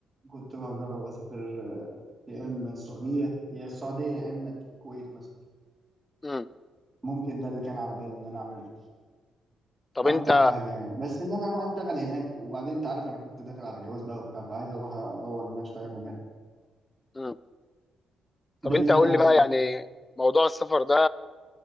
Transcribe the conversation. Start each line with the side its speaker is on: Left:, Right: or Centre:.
Right: كنت بجرب اسافر يا اما السعوديه يا السعوديه يا اما الكويت مثلا
Left: امم
Right: ممكن ده اللي كان على بالي ان انا اعمله
Left: طب
Right: اكتر
Left: انت
Right: حاجه يعني بس ان انا اروح اشتغل هناك وبعدين انت عارف انا كنت داخل على جواز بقى وبتاع فعايز اروح ادور ان انا اشتغل هناك
Left: امم طب
Right: ده
Left: انت
Right: اللي كان
Left: قول
Right: على
Left: لي بقى
Right: بالي
Left: يعني موضوع السفر ده